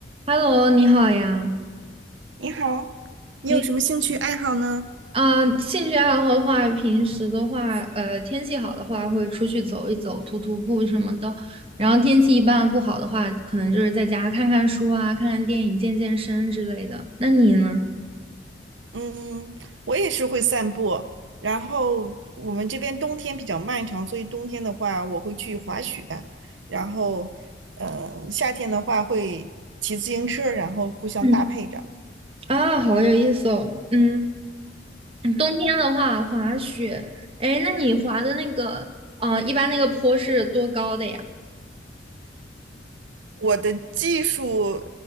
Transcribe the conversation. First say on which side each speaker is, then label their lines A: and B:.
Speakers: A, on the right (about 30°); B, on the right (about 85°).
A: Hello，你好呀。
B: 你好，你有什么兴趣爱好呢？
A: 哎，啊，兴趣爱好的话，平时的话，呃，天气好的话，会出去走一走，徒徒步什么的。然后天气一般不好的话，可能就是在家看看书啊，看看电影，健健身之类的。那你呢？
B: 嗯，我也是会散步，然后我们这边冬天比较漫长，所以冬天的话我会去滑雪，然后，呃，夏天的话会骑自行车，然后互相搭配着。
A: 嗯，啊，好有意思哦。嗯，冬天的话，滑雪。哎，那你滑的那个，啊，一般那个坡是多高的呀？
B: 我的技术